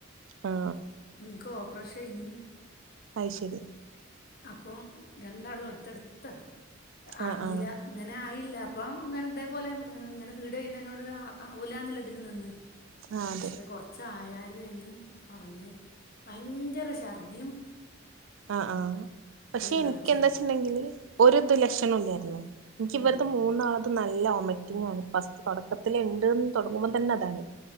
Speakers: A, on the right; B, on the left.
A: ആ
B: ൻക്കോപ്രേശായിന്
A: അത് ശരി
B: അപ്പൊ രണ്ടാളും അടുത്തടുത്ത, അറിഞ്ഞിലാ,
A: ആഹ് ആഹ്
B: അങ്ങനെ ആയി ല്ലെ, അപ്പം ഇങ്ങനെ ഇതേപോലെ ഇങ്ങനെ <unintelligible> ആവൂലാന്നിള്ള തില് നിന്ന്
A: ആഹ് അതെ
B: പക്ഷെ കൊറച്ച ആായാരാണ് പറഞ്ഞ് ഭയങ്കര ശർദിയും
A: ആ ആ പക്ഷെ എനിക്ക്
B: കാണിച്ചതാ
A: എന്താച്ച്ണ്ടെങ്കില് ഒരിദും ലക്ഷണൊല്ലായിരുന്നു. ഇൻക്കിവരത്
B: ഉം
A: മൂന്നാളതും നല്ല നല്ല ഒമിറ്റിങ്ങാണ് ഫസ്റ്റ് തുടക്കത്തിലിണ്ട്ന്ന് തൊടങ്ങുമ്പോ, തന്നെ അതാണ്